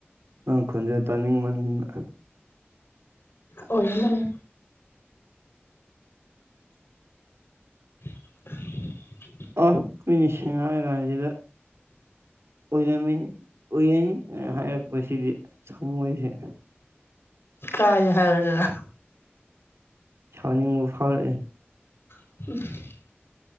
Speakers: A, on the right (about 80°); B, on the left (about 65°).
A: ꯅꯪ ꯈꯣꯟꯖꯦꯜ ꯇꯥꯅꯤꯡꯃꯟꯅ
B: ꯑꯣꯏꯔꯝꯃꯅꯤ <inaudible>
A: ꯑꯍ ꯃꯤꯅ ꯁꯦꯡꯅ ꯍꯥꯏꯀꯥꯟꯁꯤꯗ ꯑꯨꯏꯔꯝꯃꯤꯅꯤ ꯑꯨꯏꯔꯅꯤ ꯍꯥꯏꯔꯛꯄꯁꯤꯗꯤ ꯊꯃꯣꯏꯁꯦ
B: ꯀꯥꯏ ꯍꯥꯏꯌꯨꯗꯅ
A: ꯁꯥꯎꯅꯤꯡꯕ ꯐꯥꯎꯔꯛꯑꯦ
B: <inaudible>